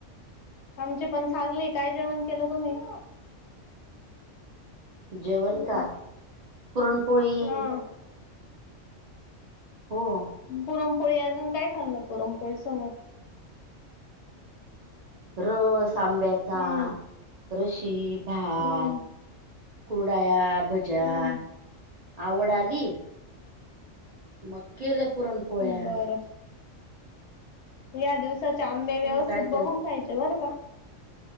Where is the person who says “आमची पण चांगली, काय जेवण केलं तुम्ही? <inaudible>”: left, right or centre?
Left